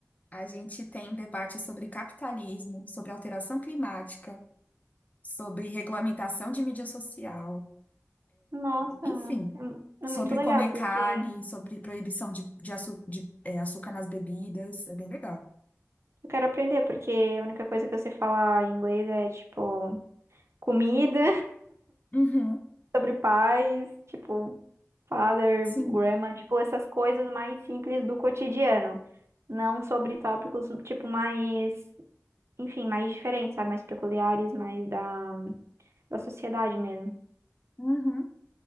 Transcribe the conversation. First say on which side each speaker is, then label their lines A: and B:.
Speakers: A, on the left; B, on the right.
A: A gente tem debate sobre capitalismo, sobre alteração climática, sobre regulamentação de mídia social.
B: Nossa,
A: Enfim,
B: é,
A: sobre
B: é muito legal,
A: comer
B: porque
A: carne,
B: eu
A: sobre proibição de, de, açu- de, é, açúcar nas bebidas. É bem legal.
B: quero aprender, porque a única coisa que eu sei falar em inglês é, tipo, comida
A: Uhum,
B: sobre pais, tipo, father,
A: sim.
B: grandma, tipo, essas coisas mais simples do cotidiano. Não sobre tópicos, tipo, mais, enfim, mais diferentes, sabe? Mais peculiares, mais da, da sociedade mesmo.
A: Uhum.